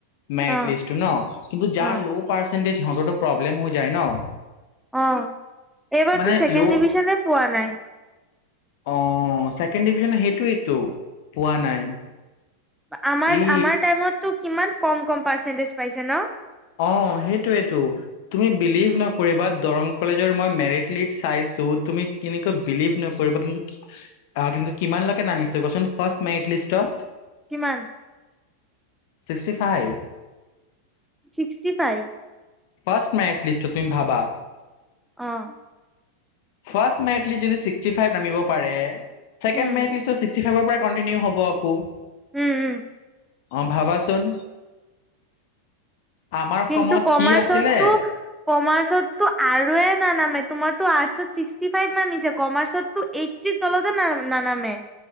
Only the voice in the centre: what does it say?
অ
অ
অঁ, এইবাৰতো
ছেকেণ্ড
ডিভিজনে পোৱা নাই।
আমাৰ-
আমাৰ টাইমতটো কিমান কম কম পাৰ্চেন্টেজ পাইছে ন।
কিমান।
Sixty five.
অঁ।
উম
উম উম।
কিন্তু
কমাৰ্চতটো
কমাৰ্চতটো আৰুয়ে নানামে, তোমাৰটো আৰ্টছত ছিক্সটি ফাইভ নামিছে, কমাৰ্চতটো এইটিৰ তলতে ন নানামে।